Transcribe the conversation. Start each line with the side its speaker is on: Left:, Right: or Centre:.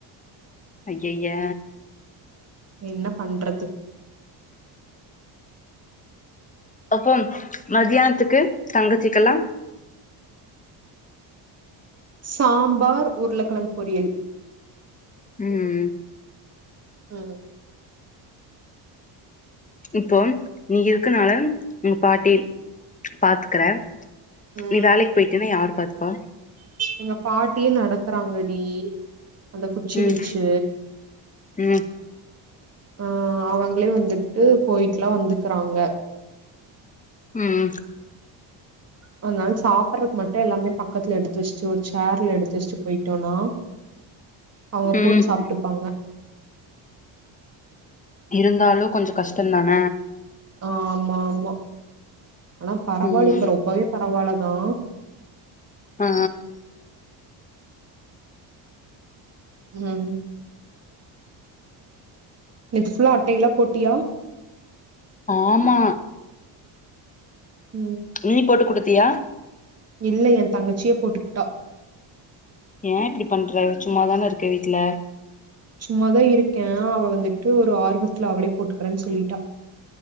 Left: ஐயைய
Right: என்ன பண்றது
Left: அப்போ மத்யான்த்துக்கு தங்கச்சிக்கல்லா
Right: சாம்பார் உருளக்கிழங்கு பொரியல்
Left: ம்
Right: ம்
Left: இப்போ நீங்க இருக்கனால உங்க பாட்டி பாத்துக்ற
Right: ம்
Left: நீ வேலைக் போய்டின்னா யார் பாத்துப்பா
Right: எங்க பாட்டியே நடக்கறாங்கடி அந்த குச்சி
Left: ம்
Right: வச்சு
Left: ம்
Right: ஆ அவங்களே வந்துட்டு போயிட்டுல்லா வந்துக்றாங்க
Left: ம்
Right: அதனால சாப்பட்றக்கு மட்டு எல்லாமே பக்கத்துல எடுத்து வச்சுட்டு ஒரு சேர்ல எடுத்து வச்சட்டு போயிட்டோனா அவுங்க
Left: ம்
Right: போட்டு சாப்ட்டுப்பாங்க
Left: இருந்தாலு கொஞ்ச கஷ்டந்தான
Right: ஆ ஆமா ஆமா ஆனா பரவாயில்ல
Left: ம்
Right: இப்ப ரொம்பவே பரவாயில்லதா
Left: ஆ
Right: ம் நேத் ஃபுல்லா அட்டை எல்லா போட்டியா
Left: ஆமா
Right: ம்
Left: நீ போட்டு குடுத்தியா
Right: இல்ல எ தங்கச்சியே போட்டுக்ட்டா
Left: ஏ இப்டி பண்ற சும்மாதான இருக்கே வீட்ல
Right: சும்மாதா இருக்கே அவ வந்துட்டு ஒரு ஆர்வத்துல அவளே போட்டுக்குறன் சொல்லிட்டா